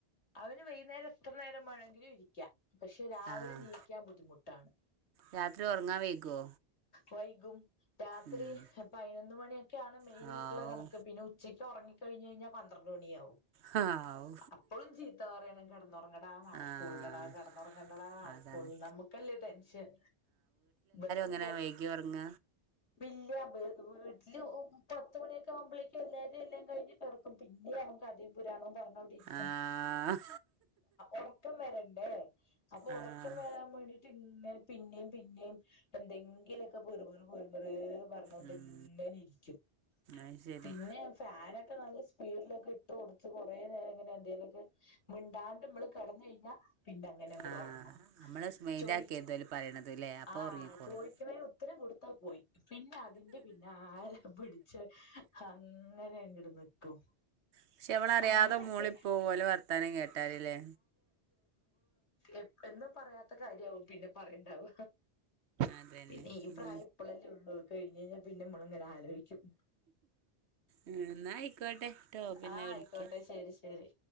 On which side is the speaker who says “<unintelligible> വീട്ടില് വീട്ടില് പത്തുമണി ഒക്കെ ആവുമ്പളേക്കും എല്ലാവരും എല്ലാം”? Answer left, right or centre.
Left